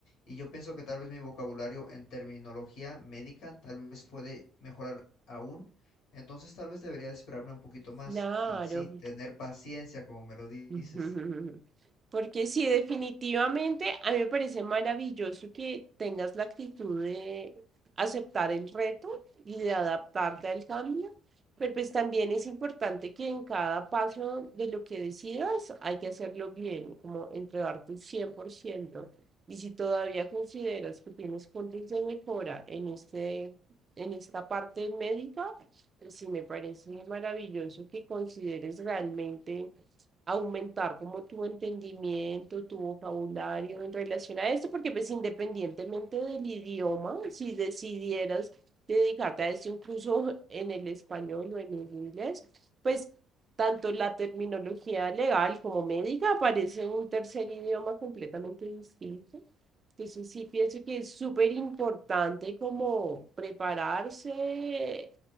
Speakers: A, on the left; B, on the right.
A: y yo pienso que tal vez mi vocabulario en terminología médica tal vez puede mejorar aún. Entonces tal vez debería de esperarme un poquito más
B: Claro,
A: y sí, tener paciencia, como me lo dices.
B: <laughs> Ujú. Porque sí, definitivamente a mí me parece maravilloso que tengas la actitud de aceptar el reto y de adaptarte al cambio, pero pues también es importante que en cada paso de lo que decidas hay que hacerlo bien, como entregar tu 100%. Y si todavía consideras que tienes puntos de mejora en este, en esta parte médica, pues sí me parece maravilloso que consideres realmente aumentar como tu entendimiento, tu vocabulario en relación a esto, porque pues independientemente del idioma, si decidieras dedicarte a esto incluso en el español o en el inglés, pues tanto la terminología legal como médica aparece un tercer idioma completamente distinto. Entonces sí pienso que es súper importante como prepararse